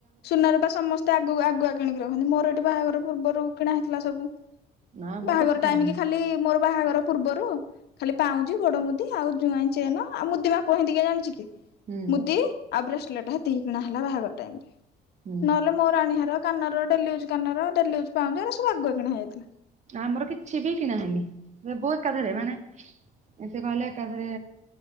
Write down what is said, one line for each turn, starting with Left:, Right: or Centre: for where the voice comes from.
Left: ସୁନ ରୂପା ସମସ୍ତେ ଆଗ ଆଗୁଆ କିଣିକି ରଖନ୍ତି ମୋର ଏଠି ବାହାଘର ପୂର୍ବରୁ କିଣା ହେଇଥିଲା ସବୁ।
Right: ନା ଆମର
Left: ବାହାଘର
Right: କିଛି କିଣା
Left: ଟାଇମି
Right: ହେଇନି।
Left: କି ଖାଲି ମୋର ବାହାଘର ପୂର୍ବରୁ ଖାଲି ପାଉଁଜି ଗୋଡ ମୁଦି ଆଉ ଯୋଆଇଁ ଚେନ ଆଉ ମୁଦିମାପ ସେତି କିଏ ଜାଣିଚି କି?
Right: ହୁଁ।
Left: ମୁଦି ଆଉ ବ୍ରେସ୍ଲେଟ୍ ସେତିକି କିିଣା ହେଲା ବାହାଘର ଟାଇମି ରେ।
Right: ହୁଁ
Left: ନଲେ ମୋ ରାଣୀହାର କାନର ଡେଲି ୟୁଜ୍ କାନର ଡେଲି ୟୁଜ୍ ପାଉଜି ଏହେରା ସବୁ ଆଗୁଆ କିଣା ହେଇଥିଲା।
Right: ଆମର କିଛି ବି କିଣା ହେଇନି ସଵୁ ଏକା ଥରେ ମାନେ ସେ କହିଲେ ଏକାଥରେ